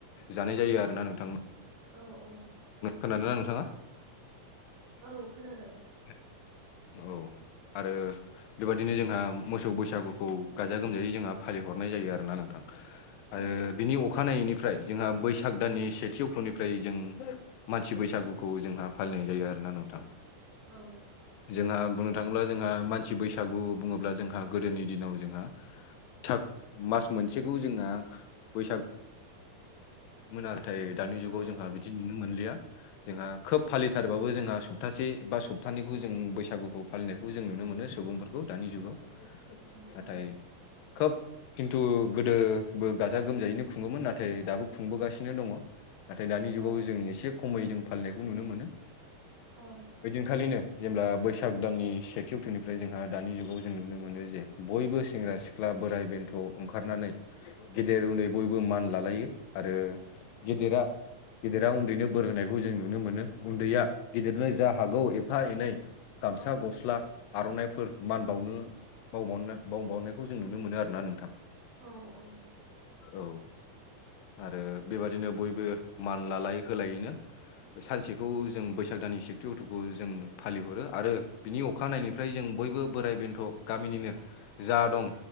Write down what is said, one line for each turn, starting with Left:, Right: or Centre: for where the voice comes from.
Left: जानाय जायो आरो ना नोंथांमो
Right: औ अ अ
Left: खोनादोंना नोंथाङा
Right: औ खोनादों
Left: <unintelligible> औ आरो बेबायदिनो जोंहा मोसौ बैसागुखौ गाजा गोमजायै जोंहा फालिहरनाय जायो आरोना नोंथां।
Right: औ
Left: आरो बिनि अखानायैनिफ्राय जोंहा बैसाग दाननि सेथि अक्ट'निफ्राय जों मानसि बैसागुखौ जोंहा फालिनाय जायो आरोना नोंथां।
Right: औ
Left: जोंहा बुंनो थाङोब्ला जोंहा मानसि बैसागु बुङोब्ला जोंहा गोदोनि दिनाव जोंहा थाख मास मोनसेखौ जोंहा बैसाग मोन आरो थाय दानि जुगाव
Right: औ
Left: जोंहा बिदि नुनो मोनलिया जोंहा खोब फालि सारबाबो जोंहा सप्तासे बा सप्तानैखौ जों बैसागुखौ फालिनायखौ जों नुनो मोनो सुबुंफोरखौ दानि जुगाव
Right: औ
Left: नाथाय खोब खिन्थु गोदो बो गाजा गोमजायैनो खुङोमोन नाथाय दाबो खुंबोगासिनो दङ नाथाय दानि
Right: औ
Left: जुगाव जों एसे खमै जों फालिनायखौ नुनो मोनो।
Right: औ
Left: ओइदिनखालिनो जेब्ला बैसाग दाननि सेथि अक्ट'निफ्राय जोंहा दानि जुगाव जों नुनो मोनो जे बयबो सेंग्रा सिख्ला बोराइ बेन्थ' ओंखारनानै गेदेर उन्दै बयबो मान लालायो आरो गिदिरा गेदेरा उन्दैनो बोर होनायखौ जों नुनो मोनो उन्दैया गिदिरनो जा हागौ एफा एनै गामसा गस्ला आर'नाइफोर मान बावनो मावबाननो बावबावनायखौ जों नुनो मोनो आरो ना नोंथां
Right: औ औ
Left: औ आरो बेबादिनो बयबो मान लालायो होलायैनो सानसेखौ जों बैसाग दाननि सेथि अटुखौ जों फालिहरो आरो बिनि अ अखानायनिफ्राय जों बयबो बोराइ बेन्थ' गामिनिनो जा दं